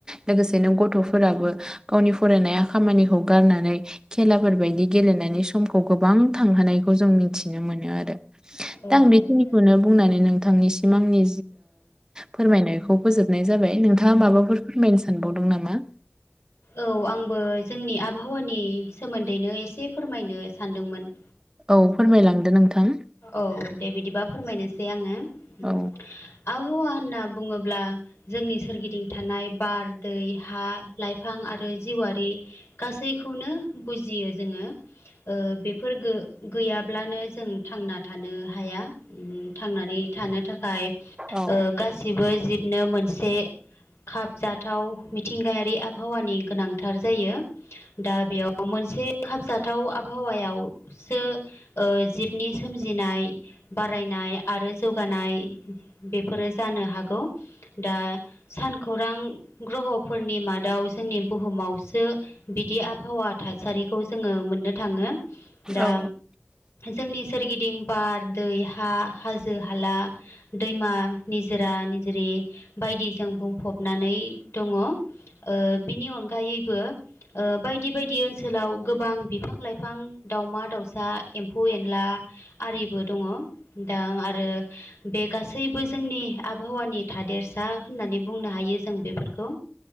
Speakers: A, on the right (about 15°); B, on the left (about 85°).
A: लोगोसे नों गथ'फोराबो गावनि फरायनाया खामानिखौ गारनानै खेलाफोरबायदि गेले गेलेनायनि समखौ गोबां थांहोनायखौ जों मिथिनो मोनो आरो।
B: औ
A: दा आं बेखिनिखौनो
B: औ
A: बुंनानै नोंथांनिसिम आंनि फोरमायनायखौ फोजोब नाय जाबाय नोंथाङा माबाफोर फोरमायनो सानबावदों नामा?
B: औ आंबो जोंनि आबहावानि सोमोन्दैनो एसे फोरमायनो सानदोंमोन।
A: औ फोरमायलांदो नोंथां
B: औ दे बिदिबा फोरमायनोसै आङो आ
A: औ
B: आबहावा होनना बुङोब्ला जोंनि सोरगिदिं थानाय बार दै हा लाइफां आरो जिवारि गासैखौनो बुजियो जोङो। बेफोर गैयाब्लानो जों थांना थानो हाया ओ थांनानै थानो थाखाय
A: औ
B: गासिबो जिबनो मोनसे खाबजाथाव मिथिंगायारि आबहावानि गोनांथार जायो। दा बेयाव मोनसे खाबजाथाव आबहावायावसो जिबनि सोमजिनाय बारायनाय आरो जौगानाय बेफोरो जानो हागौ। दा सान खौरां ग्रहफोरनि मादाव जोंनि बुहुमावसो बिदि आबहावा थासारि खौ जोङो मोननो थाङो दा
A: औ
B: जोंनि थिं बार दै हा हाजो हाला दैमा निजोरा निजिरि बायदि जों बुंफबनानै दङ ओ बिनि अनगायैबो बायदि बायदि ओनसोलाव गोबां बिफां लाइफां दावमा दाउसा एमफौ एनला आरिबो दङ दा आरो बे गासैबो जोंनि आबहावानि था देरसा होननानै बुंनो हायो जों बेफोरखौ